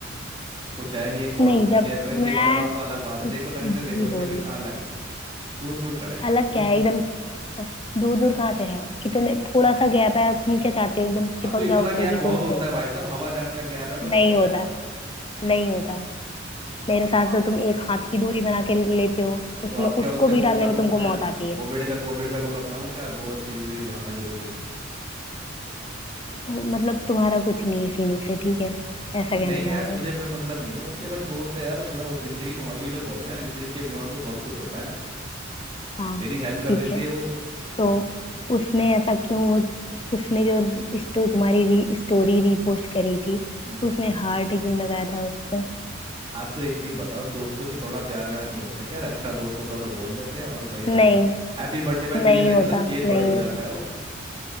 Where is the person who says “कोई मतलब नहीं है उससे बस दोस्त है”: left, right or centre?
Right